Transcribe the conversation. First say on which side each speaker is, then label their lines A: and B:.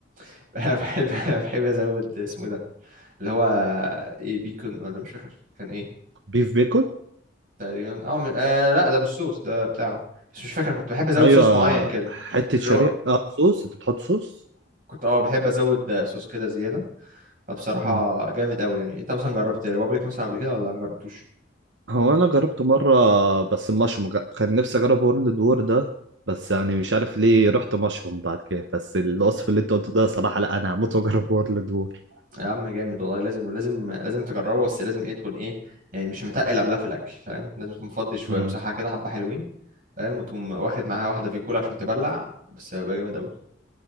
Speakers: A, on the right; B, on the right.
A: <laughs> بحب بحب ازود اسمه إيه ده اللي هو ايه بيكون ولا مش فاكر كان ايه
B: بيف بيكون
A: تقريبا اه, م... آه لا ده مش صوص ده بتاع بس مش فاكر كنت بحب ازود
B: ايوه
A: صوص معين كده
B: حته
A: الرو...
B: شريحه اه صوص انت بتحط صوص
A: كنت اه بحب ازود آه، صوص كده زياده فبصراحه
B: مم.
A: جامد قوي يعني انت مثلا جربت ريبابليك مثلا قبل كده ولا ما جربتوش
B: هو انا جربته مره بس المشروم جا- كان نفسي اجرب وورلد وور ده بس يعني مش عارف ليه رحت مشروم بعد كده بس الوصف اللي انت قلته ده صراحه لا انا هموت واجرب وورلد وور
A: يا عم جامد والله لازم لازم لازم تجربه بس لازم ايه تكون ايه يعني مش متقل قبلها في الاكل فاهم لازم تكون مفضي شويه
B: امم
A: مساحه كده حبه حلوين فاهم وتقوم واخد معاها واحده في كولا عشان تبلع بس بيبقى جامد قوي